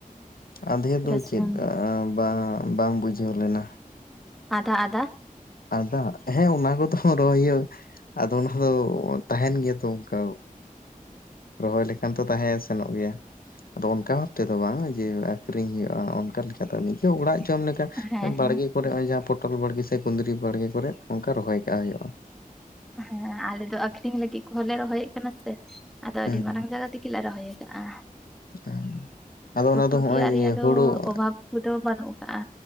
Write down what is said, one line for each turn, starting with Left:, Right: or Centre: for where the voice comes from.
Left: ᱟᱫᱷᱮ ᱫᱚ
Centre: ᱨᱟᱹᱥᱩᱱ
Left: ᱪᱮᱫ ᱵᱟᱝ ᱵᱟᱝ ᱵᱩᱡᱷᱟᱹᱣ ᱞᱮᱱᱟ
Centre: ᱟᱫᱟ ᱟᱫᱟ
Left: ᱟᱫᱟ ᱦᱮᱸ ᱚᱱᱟ ᱠᱚᱫᱚ ᱨᱚᱦᱚᱭ ᱦᱩᱭᱩᱜ <inaudible> ᱟᱫᱚ ᱚᱱᱟ ᱫᱚ ᱛᱟᱦᱮᱱ ᱜᱮᱭᱟ ᱛᱚ ᱚᱱᱠᱟ ᱨᱚᱦᱚᱭ ᱞᱮᱠᱷᱟᱱ ᱛᱚ ᱛᱟᱦᱮᱸ ᱥᱮᱱᱚᱜ ᱜᱮᱭᱟ ᱟᱫᱚ ᱚᱱᱠᱟ ᱵᱷᱟᱵ ᱛᱮᱫᱚ ᱵᱟᱝᱟ ᱡᱮ ᱟᱠᱷᱨᱤᱧ ᱦᱩᱭᱩᱜᱼᱟ ᱚᱱᱠᱟ ᱞᱮᱠᱟ ᱱᱤᱡᱮ ᱚᱲᱟᱜ ᱡᱚᱢ ᱞᱮᱠᱟ
Centre: ᱦᱮᱸ
Left: ᱵᱟᱲᱜᱮ
Centre: ᱦᱮᱸ
Left: ᱠᱚᱨᱮ ᱱᱚᱜᱼᱚᱭ ᱡᱟᱦᱟᱸ ᱯᱚᱴᱚᱞ ᱵᱟᱲᱜᱮ ᱥᱮ ᱠᱩᱸᱫᱽᱨᱤ ᱵᱟᱲᱜᱮ ᱠᱚᱨᱮ ᱚᱱᱠᱟ ᱨᱚᱦᱚᱭ ᱠᱟᱜ ᱦᱳᱭᱳᱜᱼᱟ
Centre: ᱦᱮᱸ ᱟᱞᱮ ᱫᱚ ᱟᱠᱷᱨᱤᱧ ᱞᱟᱹᱜᱤᱫ ᱠᱚᱦᱚᱸᱞᱮ ᱨᱚᱦᱚᱭᱮᱫ ᱠᱟᱱᱟ ᱥᱮ ᱟᱫᱚ ᱟᱹᱰᱤ
Left: ᱦᱩᱸ
Centre: ᱢᱟᱨᱟᱝ ᱡᱟᱭᱜᱟ ᱛᱮᱜᱮᱞᱮ ᱨᱚᱦᱚᱭ ᱟᱠᱟᱫᱼᱟ
Left: <unintelligible> ᱚᱱᱟ
Centre: ᱩᱛᱩ
Left: ᱫᱚ ᱦᱚᱸᱜᱼᱚᱭ
Centre: ᱛᱮᱭᱟᱜ ᱨᱮᱭᱟᱜ ᱫᱚ
Left: ᱦᱳᱲᱳ
Centre: ᱚᱵᱷᱟᱵᱽ ᱠᱚ ᱫᱚ ᱵᱟᱹᱱᱩᱜ ᱟᱠᱟᱜᱼᱟ